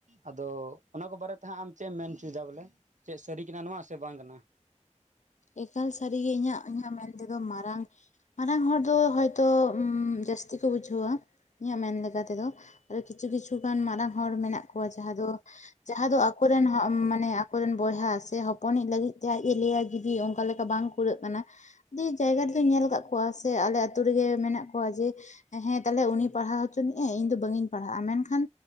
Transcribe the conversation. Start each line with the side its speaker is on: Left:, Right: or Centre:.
Right: ᱟᱫᱚ ᱚᱱᱟ ᱠᱚ ᱵᱟᱨᱮᱛᱮ ᱦᱟᱸᱜ ᱟᱢ ᱪᱮᱫ ᱮᱢ ᱢᱮᱱ ᱚᱪᱚᱭᱮᱫᱟ ᱵᱚᱞᱮ ᱪᱮᱫ ᱥᱟᱹᱨᱤ ᱠᱟᱱᱟ ᱱᱚᱣᱟ ᱥᱮ ᱵᱟᱝ ᱠᱟᱱᱟ ᱾
Left: ᱮᱠᱟᱞ ᱥᱟᱹᱨᱤᱜᱮ ᱤᱧᱟᱹᱜ ᱤᱧᱟᱹᱜ ᱢᱮᱱ ᱛᱮᱫᱚ ᱢᱟᱨᱟᱝ ᱢᱟᱨᱟᱝ ᱦᱚᱲ ᱫᱚ ᱦᱚᱭᱛᱚ ᱢᱻ ᱡᱟᱹᱥᱛᱤ ᱠᱚ ᱵᱩᱡᱷᱟᱹᱣᱟ ᱤᱧᱟᱹᱜ ᱢᱮᱱ ᱞᱮᱠᱟ ᱛᱮᱫᱚ ᱟᱨ ᱠᱤᱪᱷᱩ ᱠᱤᱪᱷᱩ ᱜᱟᱱ ᱢᱟᱨᱟᱝ ᱦᱚᱲ ᱢᱮᱱᱟᱜ ᱠᱚᱣᱟ ᱡᱟᱦᱟᱸ ᱫᱚ ᱡᱟᱦᱟᱸ ᱫᱚ ᱟᱠᱚᱨᱮᱱ ᱢᱟᱱᱮ ᱟᱠᱚᱨᱮᱱ ᱵᱚᱭᱦᱟ ᱥᱮ ᱦᱚᱯᱚᱱᱤᱡ ᱞᱟᱹᱜᱤᱫ ᱛᱮ ᱟᱡ ᱮ ᱞᱟᱹᱭᱭᱟ ᱡᱫᱤ ᱚᱱᱠᱟ ᱞᱮᱠᱟ ᱵᱟᱝ ᱠᱩᱨᱟᱹᱜ ᱠᱟᱱᱟ ᱫᱤᱭᱮ ᱡᱟᱭᱜᱟ ᱨᱮᱫᱚᱧ ᱧᱮᱞ ᱟᱠᱟᱫ ᱠᱚᱣᱟ ᱥᱮ ᱟᱞᱮ ᱟᱛᱳ ᱨᱮᱜᱮ ᱢᱮᱱᱟᱜ ᱠᱚᱣᱟ ᱡᱮ ᱦᱮᱸ ᱛᱟᱦᱞᱮ ᱩᱱᱤ ᱯᱟᱲᱦᱟᱣ ᱦᱚᱪᱚᱱᱤᱜ ᱮᱭ ᱤᱧ ᱫᱚ ᱵᱟᱹᱧ ᱯᱟᱲᱦᱟᱜᱼᱟ ᱢᱮᱱᱠᱷᱟᱱᱼᱼ